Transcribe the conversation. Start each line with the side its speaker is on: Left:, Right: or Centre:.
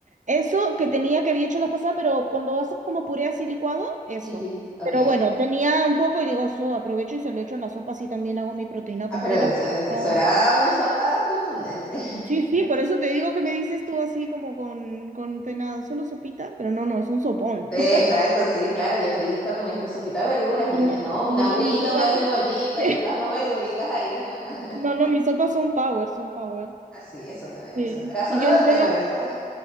Right: Eso que tenía que había hecho la pasada, pero cuando haces como puré así licuado, eso.
Centre: Sí, sí. Ok.
Right: Pero bueno, tenía un poco y digo, eso aprovecho y se lo echo en la sopa, así también hago mi proteína
Centre: Ah,
Right: completa,
Centre: pero eso,
Right: porque
Centre: eso- eso
Right: no.
Centre: era una sopa contundente.
Right: Sí, sí, por eso te digo que me dices tú así como con, con pena, solo sopita, pero no, no, es un sopón.
Centre: Sí,
Right: <laughs>
Centre: exacto, sí, claro. Yo creí cuando me dijiste sopita de verduras,
Right: No,
Centre: yo dije,
Right: no,
Centre: no, una
Right: no,
Centre: agüita,
Right: no, mi sopa.
Centre: una cebollita
Right: <laughs>
Centre: y otras dos verduritas ahí, nada. <laughs>
Right: No, no, mis sopas son power, son power.
Centre: Así, eso no, eso
Right: Sí.
Centre: no era solo
Right: Y yo,
Centre: de,
Right: yo
Centre: de
Right: no
Centre: verduras.